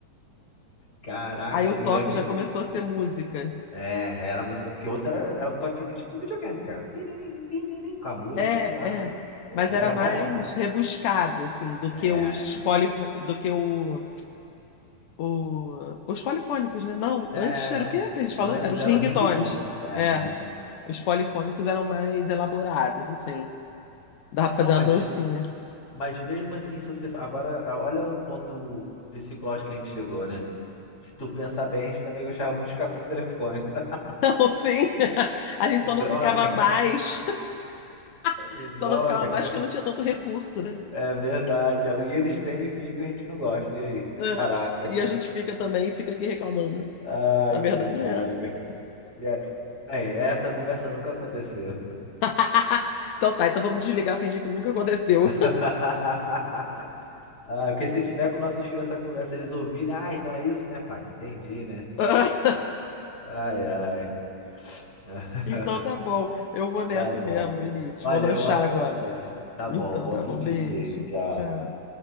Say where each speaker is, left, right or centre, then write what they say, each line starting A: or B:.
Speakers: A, on the left (about 25°); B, on the left (about 75°).
A: Caraca,
B: Aí o toque
A: e o M...
B: já começou a ser música.
A: É, já era a música, porque o outro era, era um toquezinho tipo videogame, cara. Tiriri, piriri, Com a música
B: É,
A: e tu... Ah,
B: é.
A: pô,
B: Mas
A: mas
B: era
A: era
B: mais
A: mó onda.
B: rebuscado, assim, do
A: É,
B: que os polifo... do que o, o- os polifônicos, né? Não,
A: é.
B: antes era o quê
A: É,
B: que a gente falou?
A: antes
B: Eram os
A: era
B: ringtones.
A: o ringtones, é,
B: É,
A: ringtones.
B: os polifônicos eram mais elaborados, assim. Dava
A: Não,
B: pra fazer
A: mas
B: uma dancinha. <laughs>
A: Mas mesmo assim, se você. Agora, a- olha o ponto psicológico que a gente chegou, né? Se tu pensar bem, a gente também gostava muito de ficar com o telefone. <laughs>
B: Então, sim, <laughs> a gente
A: e
B: só
A: droga,
B: não ficava mais, <laughs>
A: e droga.
B: só não ficava mais porque não tinha tanto recurso, né?
A: É verdade. é, E eles têm e ficam e a gente não gosta. E aí? <laughs>
B: É.
A: Caraca.
B: E a gente fica também, fica aqui reclamando, né?
A: Ai,
B: A verdade
A: que droga.
B: é essa.
A: E é- Bem, essa conversa nunca aconteceu.
B: <laughs> Então tá, então vamos desligar, fingir que nunca aconteceu.
A: <laughs> Ah, porque se tiver com nossos filhos essa conversa, eles ouvirem, ah, então é isso, né, pai? Entendi, né?
B: <laughs>
A: Ai, ai. <laughs>
B: Então tá bom. Eu vou nessa
A: Tá bom.
B: mesmo, Vinícius.
A: Valeu,
B: Vou lanchar
A: ótima
B: agora.
A: conversa. Tá
B: Então
A: bom, bom
B: tá
A: apetite
B: bom. Beijo.
A: aí. Tchau.
B: Tchau.